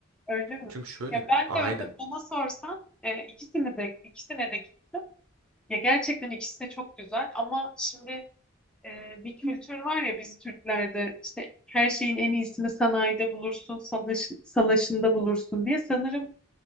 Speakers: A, in the centre; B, on the right.
A: Öyle mi?
B: Çünkü şöyle
A: Ya ben
B: aynen
A: de mesela bana sorsan e, ikisini de ikisine de ya gerçekten ikisi de çok güzel ama şimdi e, bir kültür var ya biz Türklerde işte her şeyin en iyisini sanayide bulursun, salaş, salaşında bulursun diye sanırım